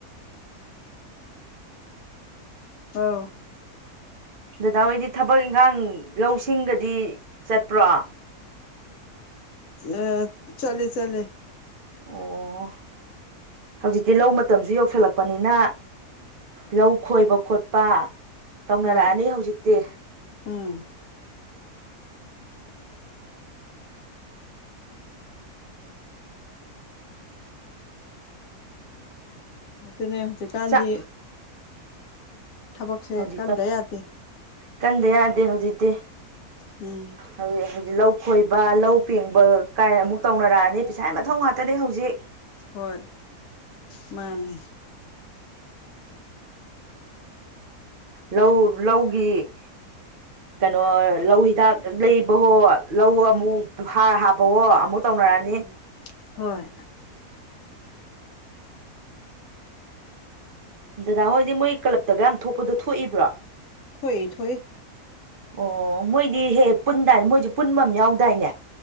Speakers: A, on the left (about 70°); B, on the right (about 60°).
A: ꯑꯧ
B: ꯗꯗꯥ ꯍꯣꯏꯗꯤ ꯊꯕꯛ ꯏꯪꯈꯥꯡ ꯂꯧꯁꯤꯡꯒꯗꯤ ꯆꯠꯄ꯭ꯔꯣ
A: ꯑ ꯆꯠꯂꯦ ꯆꯠꯂꯦ
B: ꯑꯣ ꯍꯧꯖꯤꯛꯇꯤ ꯂꯧ ꯃꯇꯝꯁꯨ ꯌꯧꯁꯜꯂꯛꯄꯅꯤꯅ ꯂꯧ ꯈꯣꯏꯕ ꯈꯣꯠꯄ ꯇꯧꯅꯔꯛꯑꯅꯤ
A: ꯍꯣꯏ
B: ꯍꯧꯖꯤꯛꯇꯤ
A: ꯎꯝ ꯑꯗꯨꯅꯦ ꯍꯧꯖꯤꯛꯀꯥꯟꯗꯤ
B: ꯆꯥꯛ
A: ꯊꯕꯛꯁꯦ
B: ꯍꯧꯖꯤꯛ
A: ꯀꯟꯗ ꯌꯥꯗꯦ
B: ꯀꯟꯗ ꯌꯥꯗꯦ ꯍꯧꯖꯤꯛꯇꯤ
A: ꯎꯝ
B: ꯍꯧꯖꯤꯛ ꯂꯧ ꯈꯣꯏꯕ ꯂꯧ ꯄꯦꯡꯕ ꯀꯥꯏ ꯑꯃꯨꯛ ꯇꯧꯅꯔꯛꯑꯅꯤ ꯄꯩꯁꯥ ꯃꯊꯧ ꯉꯥꯛꯇꯅꯦ ꯍꯧꯖꯤꯛ
A: ꯍꯣꯏ ꯃꯥꯅꯤ
B: ꯂꯧ ꯂꯧꯒꯤ ꯀꯩꯅꯣ ꯂꯧ ꯍꯤꯗꯥꯛ ꯂꯩꯕꯍꯣ ꯂꯧ ꯑꯃꯨꯛ ꯍꯥꯔ ꯍꯥꯞꯄꯍꯣ ꯑꯃꯨꯛ ꯇꯧꯅꯔꯅꯤ
A: ꯎꯝ ꯍꯣꯏ
B: ꯗꯗꯥ ꯍꯣꯏꯗꯤ ꯃꯣꯏ ꯀ꯭ꯂꯞꯇꯒ ꯌꯥꯝ ꯊꯣꯛꯄꯗꯣ ꯊꯣꯛꯏꯕ꯭ꯔꯣ
A: ꯊꯣꯛꯏ ꯊꯣꯛꯏ
B: ꯑꯣ ꯃꯣꯏꯗꯤ ꯍꯦꯛ ꯍꯦꯛ ꯄꯨꯟꯗꯥꯏꯅꯦ ꯃꯣꯏꯖꯦ ꯄꯨꯟꯕꯃ ꯌꯥꯎꯗꯥꯏꯅꯦ